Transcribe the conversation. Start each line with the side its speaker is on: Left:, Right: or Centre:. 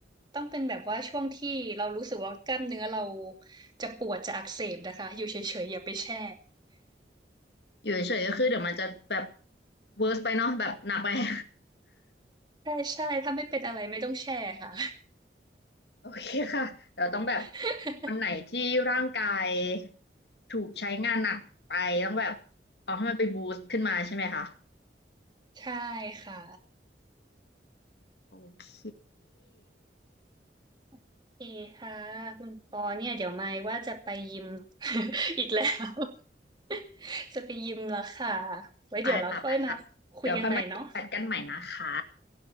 Right: ต้องเป็นแบบว่าช่วงที่เรารู้สึกว่ากล้ามเนื้อเราจะปวดจะอักเสบนะคะอยู่เฉยๆอย่าไปแช่
Left: อยู่เฉยๆก็คือเดี๋ยวมันจะแบบเวิร์สไปเนาะแบบหนักไป <laughs>
Right: ใช่ใช่ถ้าไม่เป็นอะไรไม่ต้องแชร์ค่ะ
Left: โอเคค่ะเดี๋ยวต้องแบบ
Right: <laughs>
Left: วันไหนที่ร่างกายถูกใช้งานหนักไปต้องแบบเอาให้มันไปบูสต์ขึ้นมาใช่ไหมคะ
Right: ใช่ค่ะ
Left: โอเค
Right: โอเคค่ะคุณปอเนี่ยเดี๋ยวไม่ว่าจะไปยิม <laughs> อีกแล้ว <laughs> จะไปยิมแล้วค่ะไว้เดี๋ยวเราค่อยมาคุยกันใหม่เนาะ
Left: ไปค่ะไปค่ะเดี๋ยวค่อยมาคิดแบทกันใหม่นะคะ